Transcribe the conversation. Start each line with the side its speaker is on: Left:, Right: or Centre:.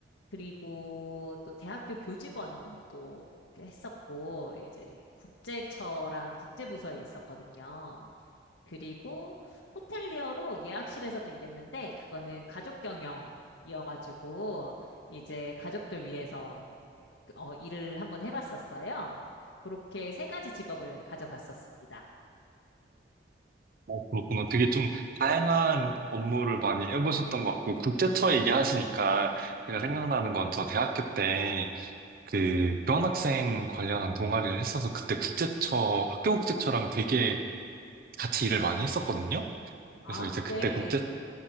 Left: 그리고 또 대학교 교직원도 했었고, 이제 국제처랑 국제부서에 있었거든요. 그리고 호텔리어로 예약실에서도 일했는데, 그거는 가족 경영이어가지고, 이제 가족들 위해서 어, 일을 한번 해봤었어요. 그렇게 세 가지 직업을 가져봤었습니다.
Right: 어, 그렇구나. 되게 좀 다양한 업무를 많이 해보셨던 것 같고, 국제처 얘기하시니까 제가 생각나는 건 저 대학교 때 그 교환학생 관련한 동아리를 했어서 그때 국제처, 학교 국제처랑 되게 같이 일을 많이 했었거든요.
Left: 아,
Right: 그래서 이제 그때
Left: 네.
Right: 국제